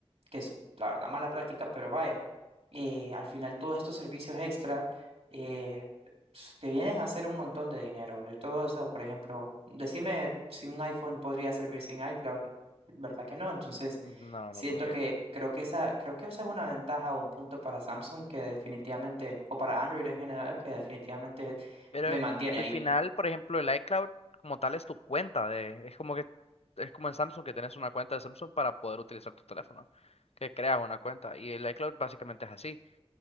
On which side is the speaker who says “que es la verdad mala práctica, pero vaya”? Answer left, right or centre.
Right